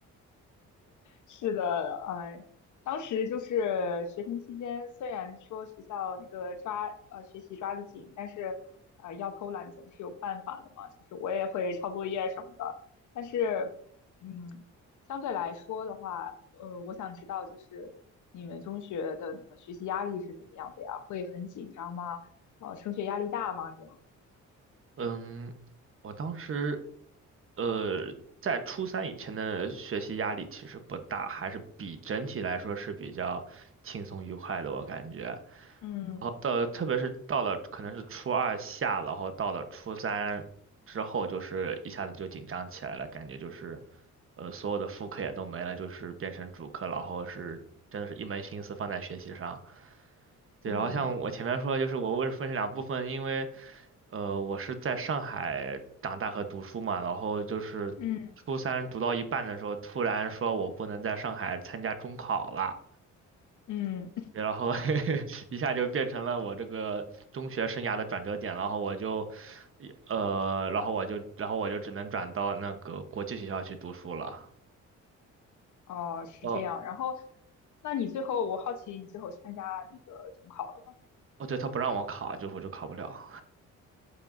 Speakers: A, on the left; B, on the right.
A: 是的，呃，当时就是学生期间，虽然说学校那个抓呃学习抓得紧，但是呃要偷懒总是有办法的嘛，就是我也会抄作业什么的，但是嗯，相对来说的话，呃，我想知道就是你们中学的那个学习压力是怎么样的呀？会很紧张吗？呃，升学压力大吗？这样？
B: 嗯，我当时，呃，在初三以前的学习压力其实不大，还是比整体来说是比较轻松愉快的，我感觉。
A: 嗯
B: 然后到，特别是到了可能是初二下，然后到了初三之后，就是一下子就紧张起来了，感觉就是，呃，所有的副课也都没了，就是变成主课，然后是真的是一门心思放在学习上。对，
A: 嗯。
B: 然后像我前面说的，就是我为什么分成两部分，因为呃，我是在上海长大和读书嘛，然后就是初三读到一半的时候，
A: 嗯
B: 突然说我不能在上海参加中考了，
A: 嗯。
B: 然后 <laughs> 一下就变成了我这个中学生涯的转折点，然后我就呃，然后我就然后我就只能转到那个国际学校去读书了。
A: 哦，是这样。
B: 呃，
A: 然后，那你最后，我好奇你最后参加那个中考了吧？
B: 哦，对，他不让我考，就是我就考不了。